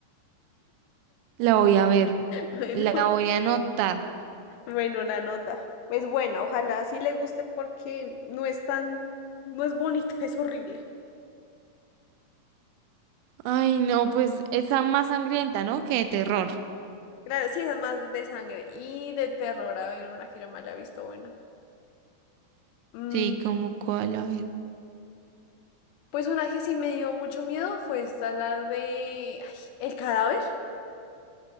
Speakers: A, on the right; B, on the left.
A: La voy a ver,
B: Bueno,
A: la voy a anotar.
B: bueno, la nota. Es buena, ojalá sí le guste porque no es tan, no es bonita, <laughs> es horrible.
A: Ay, no, pues esa más sangrienta, ¿no? Que de terror.
B: Claro, sí, esas más de sangre y de terror, a ver, una que yo me haya visto buena. Mm,
A: Sí, como cuál, a ver.
B: pues una que sí me dio mucho miedo fue esta, la de ay, El cadáver.